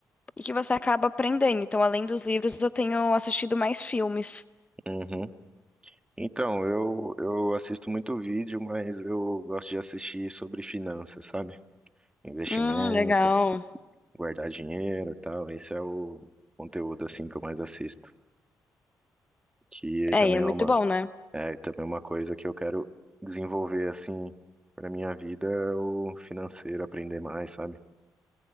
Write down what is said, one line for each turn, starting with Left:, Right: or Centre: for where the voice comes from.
Left: e que você acaba aprendendo. Então, além dos livros, eu tenho assistido mais filmes.
Right: Uhum. Então, eu, eu assisto muito vídeo, mas eu gosto de assistir sobre finanças, sabe? Investimento,
Left: Hum, legal.
Right: guardar dinheiro e tal. Esse é o conteúdo assim que eu mais assisto. Que
Left: É,
Right: também
Left: e é
Right: é
Left: muito
Right: uma,
Left: bom, né?
Right: é também é uma coisa que eu quero desenvolver assim para minha vida, é o financeiro, aprender mais, sabe?